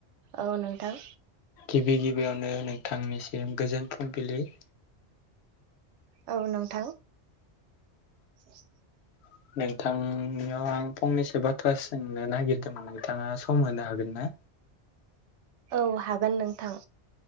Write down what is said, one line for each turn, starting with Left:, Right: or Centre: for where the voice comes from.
Right: औ नोंथां
Left: गिबि गिबियावनो नोंथांनिसिम गोजोन फुंबिलिनि
Right: औ नोंथां स
Left: औ नोंथांनियाव आं फंनैसो बाथ्रा सोंनो नागिरदोंमोन नोंथाङा सम होनो हागोन ना
Right: औ हागोन नोंथां